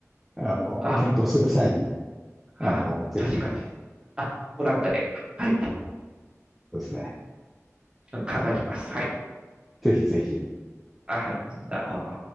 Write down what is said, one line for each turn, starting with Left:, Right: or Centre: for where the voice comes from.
Centre: あの、
Right: あ、
Centre: 検討する際に、
Right: は、
Centre: あの、ぜひ
Right: 確かに。あ、アトランタで。はい。
Centre: ですね、
Right: 考えてみます。
Centre: はい、
Right: はい。
Centre: ぜひぜひ。
Right: あ、なるほど。